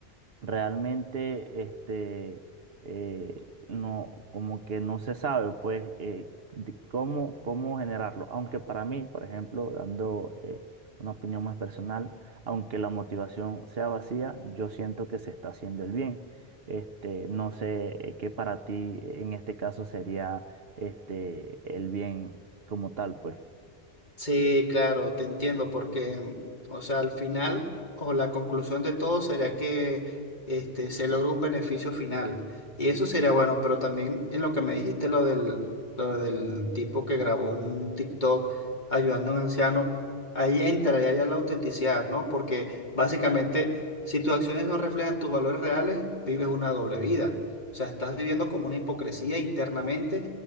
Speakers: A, on the right (about 65°); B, on the left (about 45°).
A: realmente este, eh, no, como que no se sabe, pues, eh, de cómo, cómo generarlo. Aunque para mí, por ejemplo, dando eh, una opinión más personal, aunque la motivación sea vacía, yo siento que se está haciendo el bien. Este, no sé eh, qué para ti en este caso sería este, el bien como tal, pues.
B: Sí, claro, te entiendo, porque, mm, o sea, al final o la conclusión de todo sería que este, se logra un beneficio final. Y eso sería bueno, pero también en lo que me dijiste, lo del, lo del tipo que grabó un TikTok ayudando a un anciano, ahí entraría ya la autenticidad, ¿no? Porque básicamente, si tus acciones no reflejan tus valores reales, vives una doble vida. O sea, estás viviendo como una hipocresía internamente